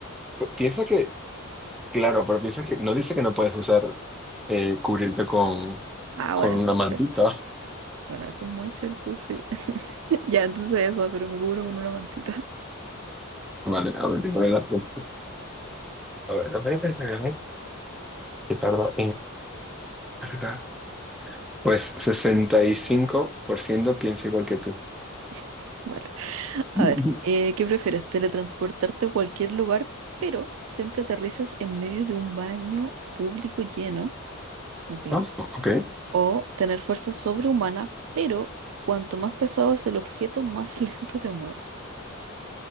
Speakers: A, in the centre; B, on the right.
A: pi- piensa que, claro, pero piensa que no dice que no puedes usar, eh, cubrirte con,
B: Ah,
A: con
B: bueno,
A: una
B: eso es
A: mantita.
B: cierto. Bueno, eso es muy cierto, sí. <laughs> Ya, entonces eso, pero me cubro con una mantita.
A: Vale, a ver, tengo las preguntas. A ver, a ver, a ver, a ver, qué tardo. ¿Verdad? Pues 65% piensa igual que tú.
B: <laughs> Vale. A
A: <laughs>
B: ver, eh, ¿qué prefieres? ¿Teletransportarte a cualquier lugar, pero siempre aterrizas en medio de un baño público lleno? Ok.
A: Ah, sí, ok.
B: O tener fuerza sobrehumana, pero cuanto más pesado es el objeto, más <laughs> lento te mueves.